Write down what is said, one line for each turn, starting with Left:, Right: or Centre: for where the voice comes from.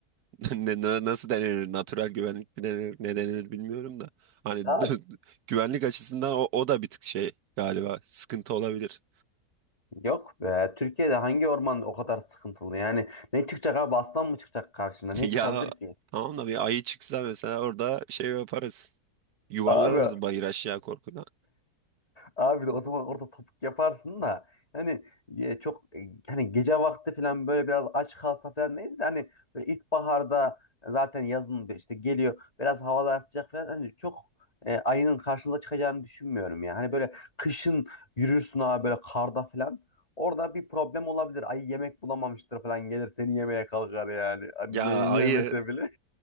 Right: <laughs> Ne, na- nasıl denir? Natural güvenlik mi denir? Ne denir bilmiyorum da. Hani
Left: Ya
Right: <laughs> güvenlik açısından o, o da bir tık şey galiba. Sıkıntı olabilir.
Left: yok be. Türkiye'de hangi orman o kadar sıkıntılı? Yani ne çıkacak abi? Aslan mı çıkacak karşına?
Right: <laughs>
Left: Ne
Right: Ya
Left: çıkabilir ki?
Right: tamam da bir ayı çıksa mesela orada şey yaparız. Yuvarlanırız
Left: Abi
Right: bayır aşağı korkudan.
Left: Abi de o zaman orada topuk yaparsın da hani e, çok e, hani gece vakti falan böyle biraz aç kalsa falan neyse de hani böyle ilkbaharda zaten yazın bir işte geliyor biraz havalar sıcak falan hani çok e, ayının karşınıza çıkacağını düşünmüyorum ya. Hani böyle kışın yürürsün abi böyle karda falan orada bir problem olabilir. Ayı yemek bulamamıştır falan gelir seni yemeye kalkar yani. Hani
Right: Ya
Left: ye
Right: ayı,
Left: yemese bile.